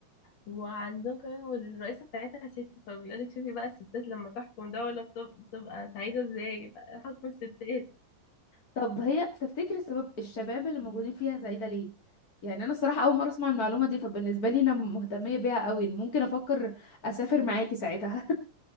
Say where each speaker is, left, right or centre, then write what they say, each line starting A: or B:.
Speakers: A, on the left (about 55°); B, on the left (about 30°).
A: وعندهم كمان والرئيسة بتاعتها ست فبيقولك شوفي بقى الستات لما تحكم دولة بتب- بتبقى سعيدة ازاي بقى حكم الستات
B: طب هي تفتكر السبب الشباب اللي موجودين فيها زايده ليه يعني انا الصراحه اول مره اسمع المعلومه دي فبالنسبه لي انا مهتميه بيها قوي ممكن افكر اسافر معاكي ساعتها